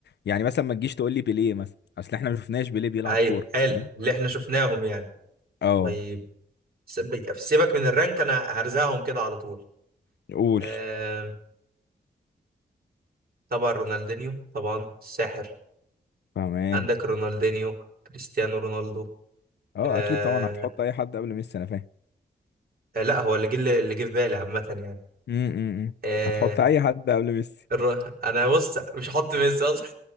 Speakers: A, on the left; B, on the right.
A: يعني مثلا ما تجيش تقول لي بيليه مثلا اصل احنا ما شفناش بيليه بيلعب
B: ايوه
A: كورة
B: حلو
A: فاهم
B: اللي احنا شفناهم يعني
A: اه
B: طيب سب- سيبك من الرانك انا هرزعهم كده على طول
A: قول
B: آم، طبعا رونالدينيو طبعا الساحر
A: فاهمان
B: عندك رونالدينيو كريستيانو رونالدو
A: اه
B: آه
A: اكيد طبعا هتحط اي حد قبل ميسي انا فاهم
B: آه، لا هو اللي جه اللي جه في بالي عامة يعني
A: امم
B: آه
A: هتحط اي حد قبل ميسي
B: الر... انا بص مش حاطط ميسي اصلا